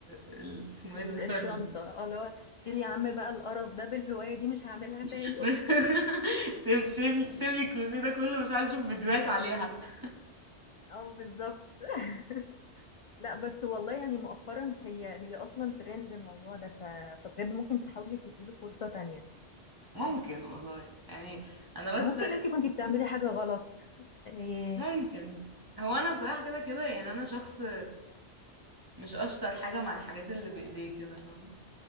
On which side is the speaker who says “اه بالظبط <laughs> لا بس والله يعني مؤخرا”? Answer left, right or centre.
Left